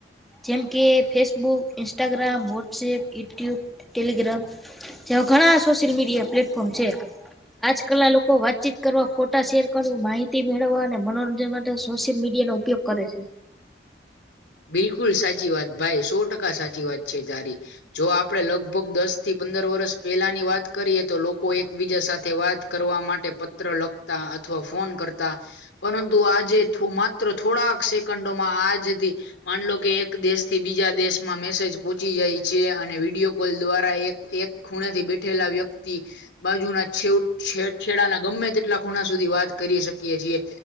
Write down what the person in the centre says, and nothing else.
જેમ કે Facebook, Instagram, WhatsApp, YouTube, Telegram, જેવા ઘણા સોશિયલ મીડિયા પ્લેટફોર્મ છે, આજકાલના લોકો વાતચીત કરવા ફોટા શેર કર માહિતી મેળવવા અને મનોરંજન માટે સોશિયલ મીડિયાનો ઉપયોગ કરે છે,